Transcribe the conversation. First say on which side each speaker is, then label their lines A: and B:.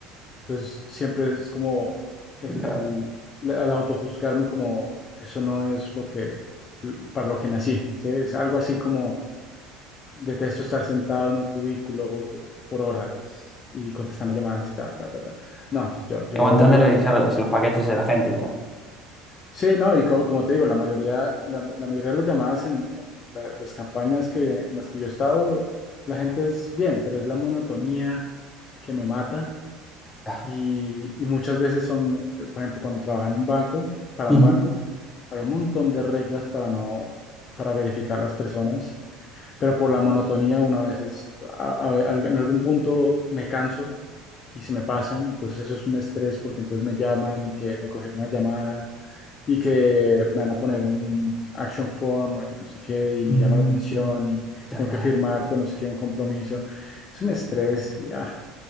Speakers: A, on the left; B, on the left.
A: Entonces siempre es como el,
B: ya.
A: el, la- el autojuzgarme como eso no es lo que, para lo que nací, ¿sí? Es algo así como detesto estar sentado en un cubículo por horas y contestando llamadas y ta, ta, ta, ta. No, yo, yo
B: Aguantándole,
A: lo odio.
B: claro, los paquetes de la gente y tal.
A: Sí, no, y co- como, te digo, la mayoría, la, la mayoría de las llamadas en, en la- las campañas que, en las que yo he estado, la gente es bien, pero es la monotonía que me mata.
B: Ya.
A: Y, y muchas veces son, eh, por ejemplo, cuando trabajaba en un banco, para
B: Ujú.
A: un banco, había un montón de reglas para no, para verificar las personas, pero por la monotonía una vez es, a- a- en algún punto me canso y se me pasan, entonces eso es un estrés porque entonces me llaman y que me cogieron una llamada y que me van a poner un action form o yo no sé qué y me
B: Mm,
A: llama la atención y
B: ya,
A: tengo
B: ya.
A: que firmar con no sé qué un compromiso. Es un estrés y ah,